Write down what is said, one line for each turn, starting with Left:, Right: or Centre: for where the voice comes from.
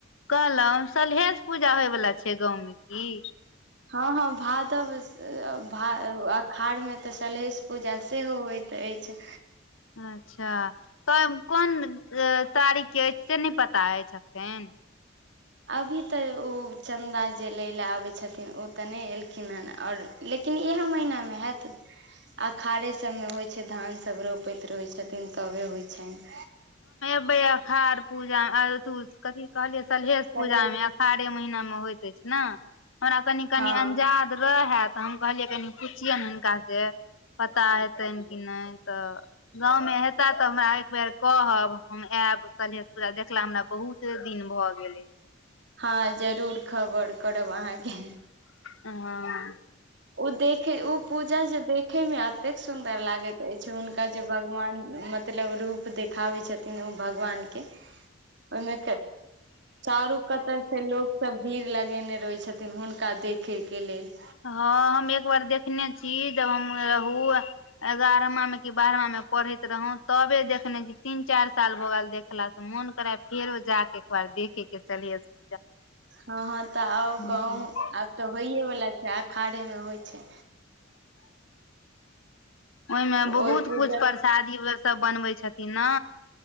Left: कहलहुं सलहेस पूजा होयवला छै गाँवमे की
Right: हँ ह भादव अखाढ़ में ते सलहेश पूजा सेहो होइत अछि कि छै
Left: अच्छा कोन तारीख के अछि से नहि पता अछि अखैन
Right: अभी तऽ ओ चन्दा जे लै लेलए आबै छथिन ओ तऽ नहि एलखिन हेन आओर लेकिन लेकिन इह महीना मे हायत अषाढ़े सबमे होइ छै धान सब रोपैत रहै छथिन तब होय छनि
Left: अखार पूजा हर दुज कथी कहलियै सलहेश
Right: सलहेस
Left: पूजामे अखाढ़े महिनामे होइत अछि ने हमरा कनि कनि
Right: हँ
Left: अंजाद रहै तऽ हम कहलियै कनि पुछियैनि हुनका से पता हेतनि कि नहि तऽ गाँवमे हेता तऽ हमरा एकबेर कहब हम आयब सलहेस पुजा देखला हमरा बहुते दिन भऽ गेलै
Right: हँ जरूर खबर करब अहाँके
Left: हॅं
Right: ओ देखे ओ पूजा जे देखेमे एतेक सुन्दर लागैत अछि हुनका जे भगवान मतलब रूप देखाबै छथिन ओ भगवानके
Left: <inaudible>
Right: ओहिमे चारू कतर से लोक सब भीड़ लगेने रहै छथिन हुनका देखैके लेल
Left: हँ हम एक बार देखने छी जब हम रहूं एगारहवांमे कि बारहवांमे पढ़ैत रहौ तबे देखने तीन चारि साल भऽ गेल देखलासँ मोन करै फेरो जाके <unintelligible>
Right: हँ हँ तऽ आउ
Left: हँ
Right: गाँव आब तऽ होइए वला छै अषाढ़े मे होइ छै
Left: ओहिमे
Right: ओहि
Left: बहुत
Right: पूजक
Left: कुछ परसादी व सब बनबै छथिन ने